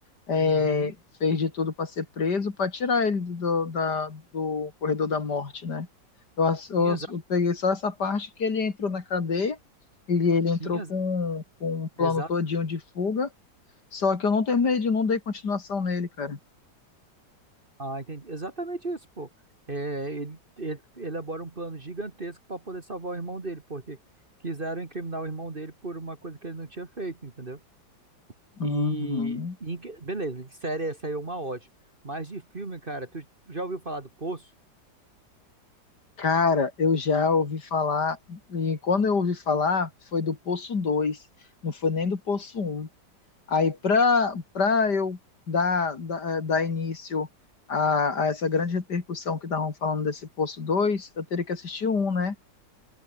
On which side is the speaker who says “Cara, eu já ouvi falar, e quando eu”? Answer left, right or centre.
Left